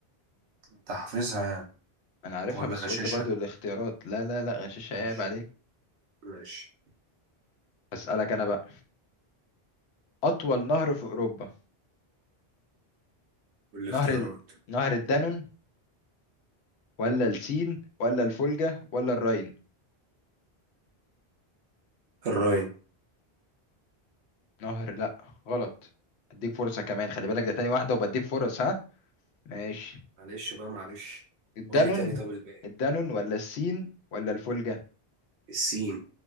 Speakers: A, on the right; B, on the left.
A: أنت حافظها يعني
B: أنا عارفها
A: ولا
B: بس
A: غشاشة
B: قلت برضو الاختيارات لا لا لا غشاش هيعيب
A: ماشي
B: عليك
A: ماشي
B: أسألك أنا بقى أطول نهر في أوروبا
A: قول لي اختيارات
B: نهر نهر الدانون ولا السين ولا الفولجا ولا الراين
A: الراين
B: نهر لا غلط اديك فرصة كمان خلي بالك ده تاني واحدة وبديك فرص ها ماشي
A: معلش بقى معلش
B: الدانون
A: قول لي تاني طب الباقي
B: الدانون ولا السين ولا الفولجة
A: السين